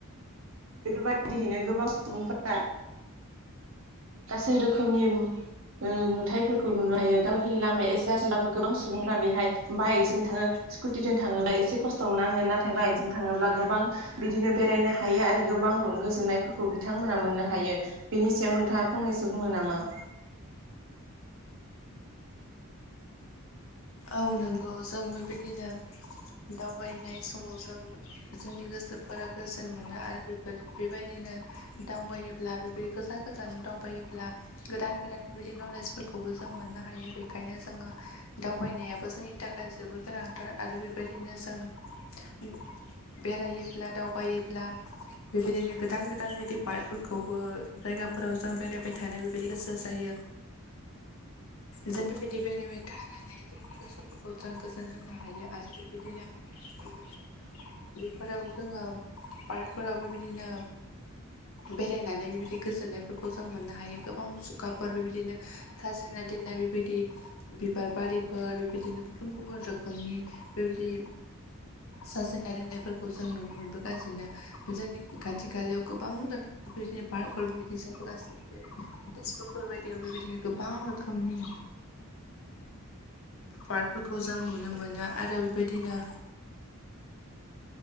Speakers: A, on the right (about 60°); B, on the left (about 65°).
A: बेफोरबायदियैनो गोबां सुबुंफोरा गासै रोखोमनि नुथायफोरखौ नुनो हायो गावनि लामाया एसे आरजिब्लाबो गोबां सुबुंफोरा बेहाय बाइकजों थाङो। स्कुटिजों थाङोबा एसे खस्थ'मोन आङो नाथाय बाइकजों थाङोब्ला गोबां बिदिनो बेरायनो हायो आरो गोबां गोजोननायफोरखौ बिथांमोना मोननो हायो। बिनि सायाव नोंथाङा फंनैसो बुङो नामा?
B: औ नंगौ जों बेबायदिनो। दावबायनाय समाव जों जोंनि गोसोफोरा गोजोन मोनो आरो बे। फोर बेबायदिनो दावबायोब्ला बे गोजान गोजान दावबायोब्ला। गोदान गोदान बेबायदि नलेजफोरखौबो जों मोननो हायो बेखायनो जोङो दाउ बायनायाबो जोंनि थाखाय जोबोद गोनांथार आरो बेबायदिनो जों। बेरायोब्ला दावबायोब्ला। बेबायदिनो गोदान गोदान बिदि पार्क फोरखौबो जायगाफोराव जों बेरायबाय थानो बेबायदि गोसो जायो। जों बेबायदि बेरायबाय थानानै जोंनि गोसोफोरखौ जों गोजोन होनो हायो आरो बेबायदिनो उम बेफोराव जोङो पार्कफोराव बेबायदिनो बेरायनानै बिबायदि गोजोननायफोरखौ जों मोननो हायो गोबां मुसुखाफोर बेबायदिनो थाजोनानै दिनना बेबायदि बिबार बारिफोर बेबायदिनो गुबुन गुबुन रोखोमनि बेबायदि साजायनाय दोननायफोरखौ जों नुनो मोनबोगासिनो जोंनि खाथि खालायाव गोबां रोखोम <unintelligible> जेरै तेजपुफोर बायदियाव बेबायदिनो गोबां रोखोम खोमनि पार्कफोरखौ जों नुनो मोनो आरो बेबायदिनो